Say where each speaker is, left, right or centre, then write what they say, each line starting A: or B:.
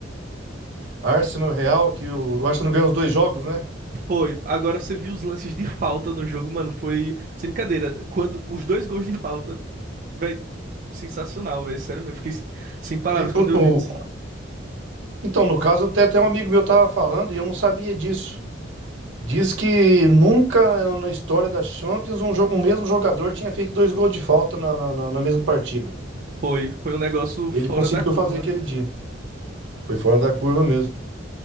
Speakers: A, on the right (about 75°); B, on the right (about 45°).
A: Arsenal, Real, que o, o Arsenal ganhou os dois jogos, né?
B: Foi. Agora você viu os lances de falta no jogo, mano. Foi sem brincadeira. Quando os dois gols de falta, velho, sensacional, velho. Sério mesmo. Fiquei sem palavras
A: E
B: quando
A: o-
B: eu vi.
A: o- então, no caso, até, até um amigo meu tava falando e eu não sabia disso. Diz que nunca na história da Champions um, jo- um mesmo jogador tinha feito dois gols de falta na, na, na na mesma partida.
B: Foi. Foi um negócio
A: Ele
B: fora
A: conseguiu
B: da curva.
A: fazer aquele dia. Foi fora da curva mesmo.